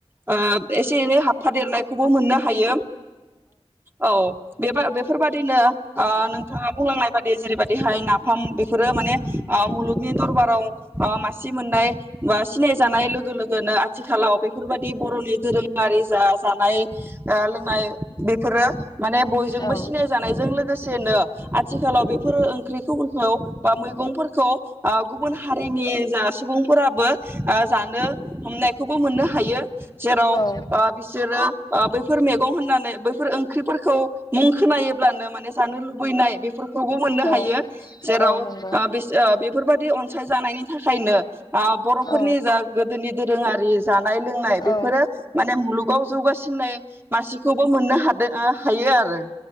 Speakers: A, on the right (about 20°); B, on the left (about 40°).
A: ओ एसे एनै हाब फादेर नायखौबो मोननो हायो। औ बेफोर बेफोर बादिनो ओ नोंथाङा बुंलांनाय बादि जेरै बादिहाय नाफाम बेफोरो माने ओ मुलुगनि दरबाराव ओ मासि मोननाय बा सिनायजानाय
B: औ
A: लोगो लोगोनो आथिखालाव बेफोरबायदि बरनि धोरोमारि जा जानाय लोंनाय बेफोरो माने बयजोंबो
B: औ
A: सिनाय जानायजों लोगोसे <unintelligible> आथिखालाव बेफोरो ओंख्रिफोरखौ बा मैगंफोरखौ ओ गुबुन हारिनि जा सुबुं फोराबो ओ जानो हमनायखौबो मोननो हायो जेराव
B: औ
A: ओ बिसोरो ओ बेफोर मैगं होननानै बैफोर ओंख्रिफोरखौ मुं खोनायोब्लानो माने जानो लुबैनाय बे फोरखौबो मोननो
B: औ
A: हायो जेराव
B: औ
A: ओ
B: नंगौ
A: बिसो बेफ बेफोरबायादि अनसाय जानायनि थाखायनो। बरफोरनि
B: औ
A: जा गोदोनि। दोरोङारि जा <unintelligible>
B: औ
A: गाव जौगासिननाय मानसिखौ। बो मोननो हादों हायो आरो।